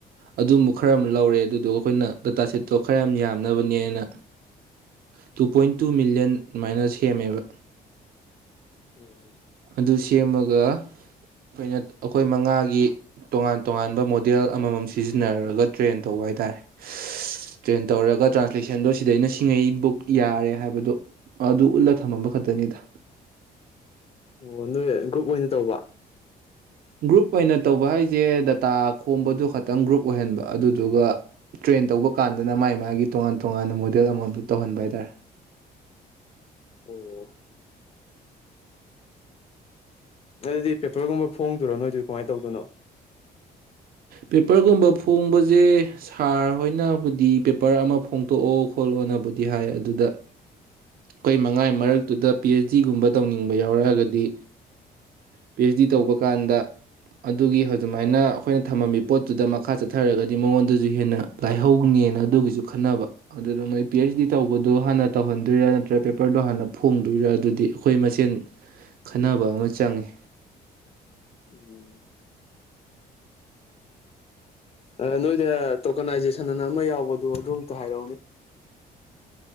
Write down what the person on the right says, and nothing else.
ꯑꯗꯨꯝꯕ ꯈꯔ ꯑꯃ ꯂꯧꯔꯦ ꯑꯗꯨꯗꯨꯒ ꯑꯩꯈꯣꯏꯅ ꯗꯇꯥ ꯁꯦꯠꯇꯣ ꯈꯔ ꯌꯥꯝ ꯌꯥꯝꯅꯕꯅꯦꯅ ꯇꯨ ꯄꯣꯏꯟ ꯇꯨ ꯃꯤꯂꯤꯌꯟ ꯑꯗꯨꯃꯥꯏꯅ ꯁꯦꯝꯃꯦꯕ
ꯑꯗꯨ ꯁꯦꯝꯃꯒ ꯑꯩꯈꯣꯏꯅ ꯑꯩꯈꯣꯏ ꯃꯉꯥꯒꯤ ꯇꯣꯉꯥꯟ ꯇꯣꯉꯥꯟꯕ ꯃꯣꯗꯦꯜ ꯑꯃꯃꯝ ꯁꯤꯖꯤꯟꯅꯔꯒ ꯇ꯭ꯔꯦꯟ ꯇꯧꯕ ꯍꯥꯏꯇꯥꯔꯦ ꯇ꯭ꯔꯦꯟ ꯇꯧꯔꯒ ꯇ꯭ꯔꯥꯟꯁꯂꯦꯁꯟꯗꯣ ꯁꯤꯗꯩꯅ ꯁꯤꯡꯉꯩ ꯕꯨꯛ ꯌꯥꯔꯦ ꯍꯥꯏꯕꯗꯣ ꯑꯗꯨ ꯎꯠꯂ ꯊꯝꯃꯝꯕ ꯈꯛꯇꯅꯤꯗ
ꯒ꯭ꯔꯨꯞ ꯑꯣꯏꯅ ꯇꯧꯕ ꯍꯥꯏꯁꯦ ꯗꯇꯥ ꯈꯣꯝꯕꯗꯨ ꯈꯛꯇꯪ ꯒ꯭ꯔꯨꯞ ꯑꯣꯏꯍꯟꯕ ꯑꯗꯨꯗꯨꯒ ꯇ꯭ꯔꯦꯟ ꯇꯧꯕ ꯀꯥꯟꯗꯅ ꯃꯥꯥꯏ ꯃꯥꯒꯤ ꯇꯣꯉꯥꯟ ꯇꯣꯉꯥꯟꯅ ꯃꯣꯗꯦꯜ ꯑꯃ ꯇꯧꯍꯟꯕ ꯍꯥꯏꯇꯥꯔꯦ
ꯄꯦꯄꯔꯒꯨꯝꯕ ꯐꯣꯡꯕꯖꯦ ꯁꯥꯔ ꯍꯣꯏꯅꯕꯨꯗꯤ ꯄꯦꯄꯔ ꯑꯃ ꯐꯣꯡꯇꯣꯛꯑꯣ ꯈꯣꯠꯂꯣꯅꯕꯨꯗꯤ ꯍꯥꯏ ꯑꯗꯨꯗ ꯑꯩꯈꯣꯏ ꯃꯉꯥꯒꯤ ꯃꯔꯛꯇꯨꯗ ꯄꯤ ꯑꯩꯆ ꯗꯤꯒꯨꯝꯕ ꯇꯧꯅꯤꯡꯕ ꯌꯥꯎꯔꯛꯑꯒꯗꯤ ꯄꯤ ꯑꯩꯆ ꯗꯤ ꯇꯧꯕꯥꯀꯟꯗꯥ ꯑꯗꯨꯒꯤ ꯍꯧꯁꯨꯃꯥꯏꯅ ꯑꯩꯈꯣꯏꯅ ꯊꯝꯃꯝꯃꯤ ꯄꯣꯠꯇꯨꯗ ꯃꯈꯥ ꯆꯠꯊꯔꯒꯗꯤ ꯃꯉꯣꯟꯗꯨꯁꯨ ꯍꯦꯟꯅ ꯂꯥꯏꯍꯧꯅꯦꯅ ꯑꯗꯨꯒꯤꯁꯨ ꯈꯟꯅꯕ ꯑꯗꯨꯗ ꯃꯣꯏ ꯄꯤ ꯑꯩꯆ ꯗꯤ ꯇꯧꯕꯗꯨ ꯍꯥꯟꯅ ꯇꯧꯍꯟꯗꯣꯏꯔꯥ ꯗ꯭ꯔꯦꯠ ꯄꯦꯄꯔꯗꯣ ꯍꯥꯟꯅ ꯐꯣꯡꯗꯣꯏꯔꯥ ꯑꯗꯨꯗꯤ ꯑꯩꯈꯣꯏ ꯃꯁꯦꯟ ꯈꯟꯅꯕ ꯑꯃ ꯆꯪꯉꯤ